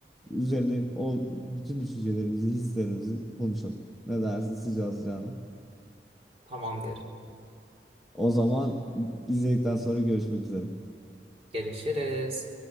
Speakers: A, in the centre; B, on the right (about 35°).
A: üzerine o bütün düşüncelerimizi, hislerimizi konuşalım. Ne dersin sıcağı sıcağına?
B: Tamam derim.
A: O zaman izledikten sonra görüşmek üzere.
B: Görüşürüz.